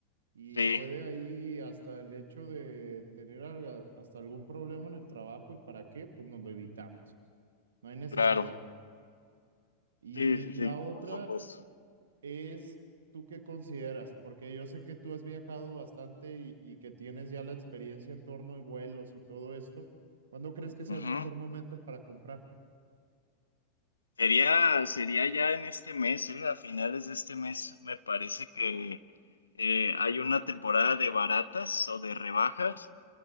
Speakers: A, on the right; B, on the left.
A: y
B: Sí,
A: puede ahí hasta el hecho de tener alga- hasta algún problema en el trabajo y para qué, pues nos lo evitamos. No hay necesidad.
B: claro.
A: Y
B: Sí, sí, sí,
A: la otra
B: por supuesto.
A: es, ¿tú qué consideras? Porque yo sé que tú has viajado bastante y, y que tienes ya la experiencia en torno y vuelos y todo esto. ¿Cuándo crees que sea
B: Ujú.
A: el mejor momento para comprar?
B: Sería, sería ya en este mes, eh, a finales de este mes, me parece que eh, hay una temporada de baratas o de rebajas